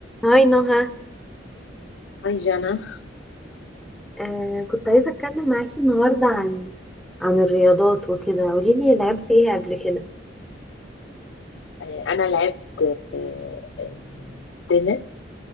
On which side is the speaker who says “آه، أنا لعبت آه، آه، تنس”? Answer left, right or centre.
Left